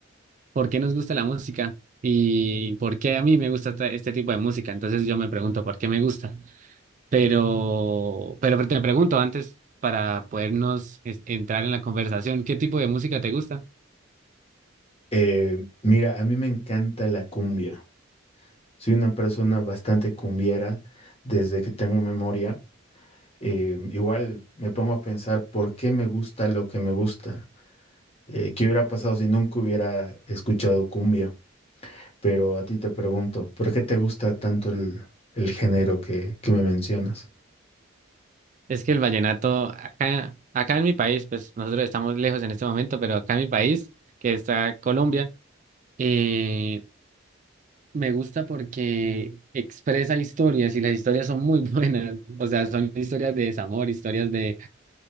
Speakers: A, on the right; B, on the left.
A: por qué nos gusta la música y por qué a mí me gusta esta- este tipo de música. Entonces yo me pregunto por qué me gusta. Pero, pero te pregunto antes para podernos es- entrar en la conversación, ¿qué tipo de música te gusta?
B: Eh, mira, a mí me encanta la cumbia. Soy una persona bastante cumbiera desde que tengo memoria. Eh, igual me pongo a pensar por qué me gusta lo que me gusta. Eh, ¿qué hubiera pasado si nunca hubiera escuchado cumbia? Pero a ti te pregunto, ¿por qué te gusta tanto el, el género que, que me mencionas?
A: Es que el vallenato, acá, acá en mi país, pues nosotros estamos lejos en este momento, pero acá en mi país, que está Colombia, eh, me gusta porque expresa historias y las historias son muy <laughs> buenas. O sea, son historias de desamor, historias de